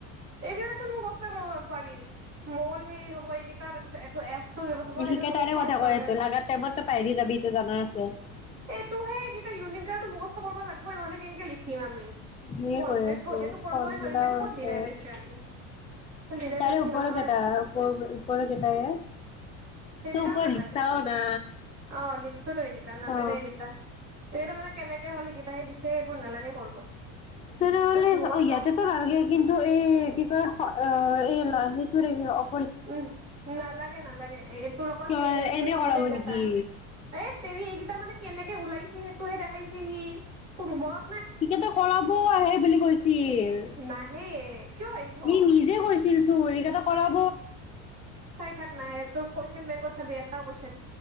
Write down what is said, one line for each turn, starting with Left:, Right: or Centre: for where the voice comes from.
Right: এইকেইটা চোন মুখস্থই কৰিব পাৰি মল হেই হ'ব এইকেইটা তাৰপিছত এইটো এচ টো হ'ব
Left: সেইকেইটাৰে
Right: সেইটো হ'ব ফাৰ্ষ্ট
Left: কথা কৈ
Right: অৰ্ডাৰ
Left: আছো, লগাৰ টাইমতো পাহৰি যাবি সেইটো জানা আ ছে।
Right: এইটো সেইকেই ইউনিট কেইটাটো মুখস্থ কৰিব লাগিবই নহলে কেনেকে লিখিম আমি।
Left: মি কৈ
Right: এইটো
Left: আছো
Right: কৰিবই
Left: ফৰমোলাও
Right: নোৱাৰিম এইটো ক'ত
Left: আছে
Right: ডিৰাইভেচন ডিৰাইভেচন
Left: তাৰে ওপৰ
Right: নহয়।
Left: কেইটা ওপৰ কেইটাই
Right: সেইকেইটাও
Left: ত ওপৰত
Right: নালাগে,
Left: লিখচাও না।
Right: অ লিখছোঁ ত এইকেইটা নালাগে
Left: অ।
Right: এইকেইটা। এই কেইটা মানে কেনেকে হ'ল সেইকেইটাহে দিছে সেইবোৰ নালাগে কৰিব।
Left: তেনেহলে
Right: জাষ্ট মুখস্থ
Left: ইয়াতেটো নালগে কিন্তু এই কি কয় অ এই তোৰ <unintelligible>
Right: উম, নালাগে, নালাগে এই তোৰ অকল
Left: কিয়
Right: সেহে দিছে
Left: এনে
Right: ইউনিট
Left: কৰাব নেকি?
Right: হেট তেৰি এইকেইটা মানে কেনেকে ওলাইছে সেইটোহে দেখাইছে সি তো মূৰত
Left: টিকেতো কৰাব আহে বুলি কৈছিল
Right: নাহে কিয় আহিব।
Left: ই নিজে কৈছিল। টো এইকেইটা কৰাক।
Right: চাই থাক নাহে তোৰ কৈচনবেংকত। চাবিএটাও কৈছো।